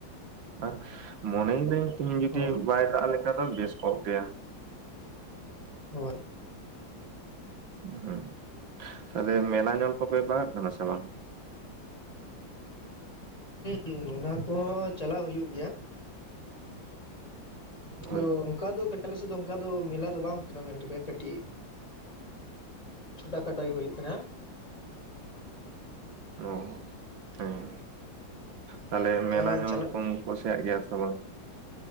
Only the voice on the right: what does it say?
ᱟᱨ ᱢᱚᱱᱮᱭ ᱫᱟᱹᱧ ᱛᱤᱦᱤᱧ ᱡᱩᱫᱤ
ᱵᱟᱭ ᱫᱟᱜ ᱞᱮᱠᱷᱟᱱ ᱫᱚ ᱵᱮᱥ ᱠᱚᱜ ᱜᱮᱭᱟ,
ᱦᱩᱸ ᱛᱟᱦᱞᱮ ᱢᱮᱞᱟ ᱧᱚᱞ ᱠᱚᱯᱮ ᱵᱟᱜᱟᱜ ᱠᱟᱱᱟ ᱥᱮ ᱵᱟᱝ,
ᱦᱳᱭ
ᱚ ᱦᱮᱸ ᱛᱟᱦᱚᱞᱮ
ᱢᱮᱞᱟ ᱦᱚᱸ
ᱠᱚᱢ ᱠᱩᱥᱤᱭᱟᱜ ᱜᱮᱭᱟ ᱥᱮ ᱵᱟᱝ